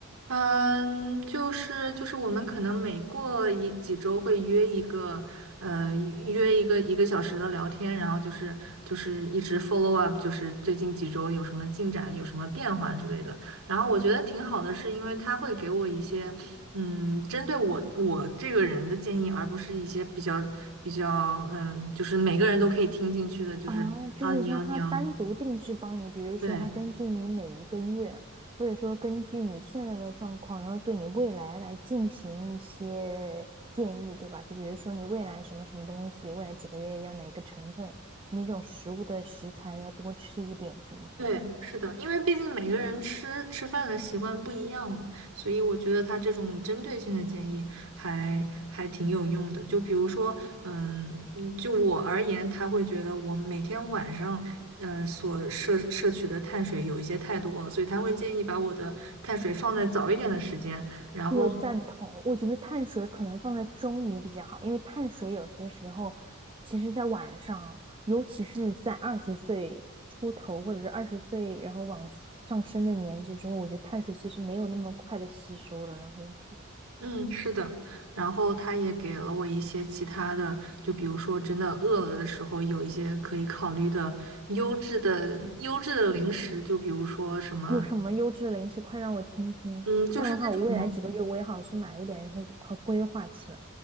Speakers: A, on the right; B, on the right.
A: 嗯，就是就是我们可能每过一几周会约一个，呃，约一个一个小时的聊天，然后就是就是一直 follow up，就是最近几周有什么进展，有什么变化之类的。然后我觉得挺好的，是因为他会给我一些，嗯，针对我我这个人的建议，而不是一些比较比较，嗯，就是每个人都可以听进去的，就是啊，
B: 哦，就是说它单独定制帮你，
A: 你要你要
B: 比如说它根据你每一个月，
A: 对。
B: 或者说根据你现在的状况，然后对你未来来进行一些建议，对吧？就比如说你未来什么什么东西，未来几个月要哪个成分，那种食物的食材要多吃一点，什么什么的。
A: 对，是的，因为毕竟每个人吃吃饭的习惯不一样嘛，所以我觉得他这种针对性的建议还还挺有用的。就比如说，嗯，嗯就我而言，他会觉得我每天晚上，呃，所摄摄取的碳水有一些太多了，所以他会建议把我的碳水放在早一点的时间，然后。
B: 我赞同，我觉得碳水可能放在中午比较好，因为碳水有些时候，其实在晚上，尤其是在二十岁出头或者是二十岁然后往上升的年纪之后，我觉得碳水其实没有那么快的吸收了，让身体。
A: 嗯，是的，然后他也给了我一些其他的，就比如说真的饿了的时候，有一些可以考虑的优质的优质的零食，就比如说什么，
B: 有什么优质的零食，快让我听听。
A: 嗯，就是那种
B: 这样的话，我未来几个月我也好去买一点，然后好规划起来。